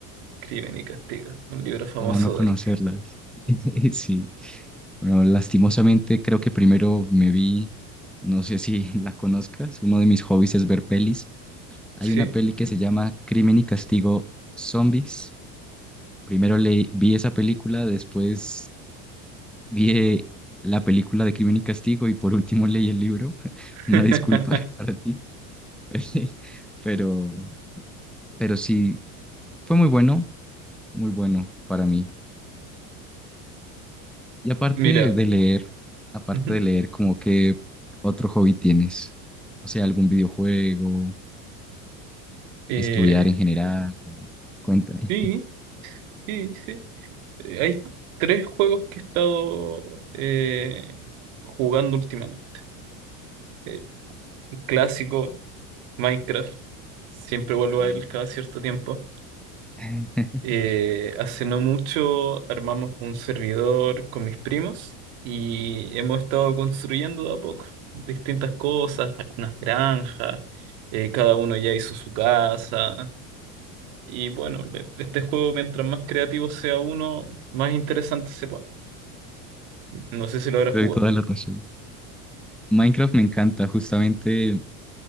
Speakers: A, on the right (about 70°); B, in the centre.
A: Crimen y Castigo, un libro famoso
B: como no conocerlas.
A: de él.
B: <laughs> Sí. Bueno, lastimosamente creo que primero me vi, no sé si <laughs> la conozcas, uno de mis hobbies es ver pelis. Hay
A: ¿Sí?
B: una peli que se llama Crimen y Castigo Zombies. Primero le vi esa película, después vi eh, la película de Crimen y Castigo y por último leí el libro. <laughs> Una
A: <laughs>
B: disculpa <laughs> para ti, <laughs> pero, pero sí, fue muy bueno, muy bueno para mí. Y aparte
A: Mira.
B: de leer, aparte
A: Ujú.
B: de leer, como que otro hobby tienes? O sea, algún videojuego,
A: Eh,
B: estudiar en general, o- cuéntame.
A: sí, sí, sí. Eh, Hay tres juegos que he estado eh, jugando últimamente. Eh, el clásico, Minecraft, siempre vuelvo
B: Ah,
A: a
B: Minecraft.
A: él cada cierto tiempo.
B: <laughs>
A: Eh, hace no mucho armamos un servidor con mis primos y hemos estado construyendo de a poco distintas cosas, algunas granjas, eh, cada uno ya hizo su casa. Y bueno, de- este juego, mientras más creativo sea uno, más interesante se pone. No sé si lo habrá
B: Te
A: jugado.
B: doy toda la razón. Minecraft me encanta, justamente